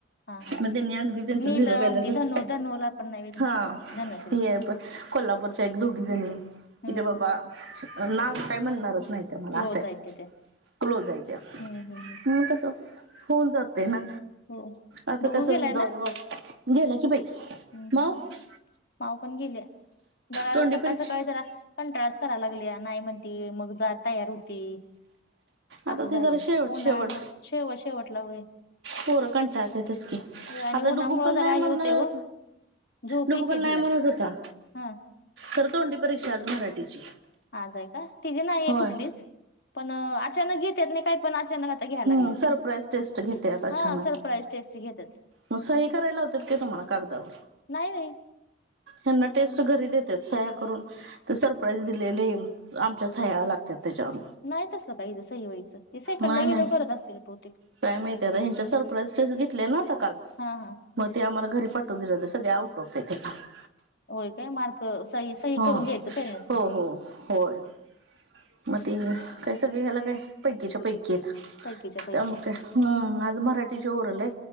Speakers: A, on the left (about 60°); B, on the right (about 70°).
A: हा हा
B: म त्यानी अगदी त्याचा
A: नीलम
B: झिरो बॅलंसस
A: ती धनु धनुला पण नाही तुमची
B: हा,
A: धनश्री
B: तुये कोल्हापूरच्या एक दोघी जणी
A: हम्म
B: कि रे बाबा नाव काय म्हणणारच नाही. त्या मला
A: क्लोज
B: असा ये,
A: आहेत ते त्या
B: क्लोज आहे त्या.
A: हम्म हम्म
B: मग कसं होऊन जाते ना,
A: हो
B: आता
A: डुगू
B: कसं
A: गेलाय
B: <unintelligible> गेलं की बाई.
A: हम
B: मग
A: ह, माऊ पण गेल्या जरा
B: तोंडी
A: सकाळ
B: परीक्षा
A: सकाळी जरा कंटाळास करा लागलीया नाही म्हणती मग जा तयार होती.
B: आता
A: असं झालंय.
B: ती जरा शेवट
A: उन्हाळा
B: शेवट
A: मग शेवट शेवटला होईन.
B: पोरं कंटाळतेतच की,
A: आणि
B: आता
A: उन्हामुळ
B: डुगू पण
A: जरा
B: नाही
A: हे
B: म्हणणार
A: होतय ओ झोप
B: डुगु
A: येते
B: पण नाही
A: तिला
B: म्हणत होता.
A: हा
B: तर तोंडी परीक्षा आज मराठीची.
A: आज आहे काय? तिजी नायाये
B: होय
A: कुठलीस पण अचानक घेतेत नी काय पण अचानक घ्यायला
B: हम,
A: लागलेत
B: सरप्राईज टेस्ट घेत्यात अचानक.
A: हा सरप्राईज टेस्ट घेत्यात
B: मग सही कराले लावतेत काय तुम्हाला कागदावर?
A: नाही.
B: यांना टेस्ट घरी देत्यात सह्या करून. ते सरप्राईज दिलेले आहे. आमच्या सह्या लागत्यात त्यांच्यावर.
A: नाही तसलं काही सही वहीचं. ते सेकंडला
B: नाही नाही
A: गेल्याव करत असतील बहुतेक.
B: काय माहिती आता, ह्यांच्या सरप्राईज टेस्ट घेतल्या ना आता काल
A: हा हा,
B: मग ते आम्हाला घरी पाठून दिले होते. सगळ्या आउट ऑफ <unintelligible>
A: होय का, मार्क सही सही
B: ह
A: करून द्यायचं पेरेंट्स
B: हो
A: नी.
B: हो होय मग ते काय सगळी ह्याला काय पैकीच्या पैकी.
A: पैकीच्या पैकी
B: त्यामुळ काय हं माज मराठी जे ऊरलय